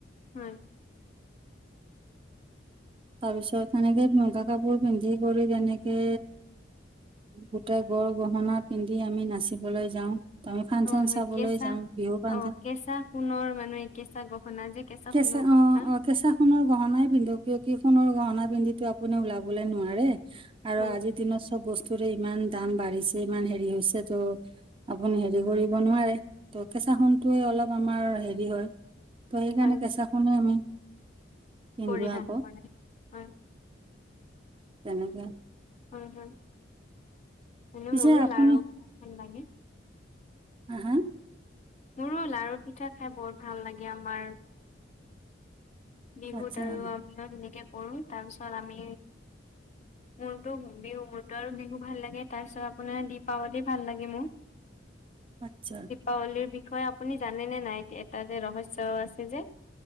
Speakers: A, on the left; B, on the right.
A: হয়।
B: তাৰ পিছত সনেকে মুগা কাপোৰ পিন্ধি কৰি তেনেকে গোটেই গড়-গহনা পিন্ধি আমি নাচিবলৈ যাওঁ। আমি ফাংচন
A: হয়, হয়।
B: চাবলৈ
A: কেঁচা
B: যাওঁ বিহু ফাংচন
A: অ কেঁচা সোণৰ মানে কেঁচা গহনা যে
B: কেঁচা
A: সোণৰ গহনা
B: অ, অ কেঁচা সোণৰ গহনাই পিন্ধো। কিয় কি সোণৰ গহনা পিন্ধি আপুনি ওলাবলৈ নোৱাৰে। আৰু
A: হয়
B: আজিৰ দিনত চব বস্তু তৰে ইমান দাম বাঢ়িছে, ইমান হেৰি হৈছে তো আপুনি হেৰি কৰিব নোৱাৰে ত কেঁচা সোণটিয়ে অলপ আমাৰ হেৰি হয়। ত' সেইকাৰণে
A: হয়
B: চাখনে আমি পিন্ধো
A: পৰিধান
B: আকৌ।
A: কৰে হয়
B: তেনেকে।
A: হয়, হয়। এনে
B: পিছে
A: মোৰো
B: আপুনি
A: লাৰুখন লাগে।
B: হা, হা
A: মোৰো লাৰু পিঠা খাই বহুত ভাল লাগে আমাৰ। বিহুত
B: আচ্ছা
A: আৰু
B: হয়
A: আমিও সেনেকে পঢ়ো তাৰপিছত আমি মোৰতো বিহু মোৰতো আৰু বিহু ভাল লাগে। তাৰপিছত আপোনাৰ দীপাৱলী ভাল লাগে মোৰ। <unintelligible>
B: আচ্ছা
A: দীপাৱলীৰ বিষয়ে আপুনি জানেনে নাই? এটা যে ৰহস্যও আছে যে-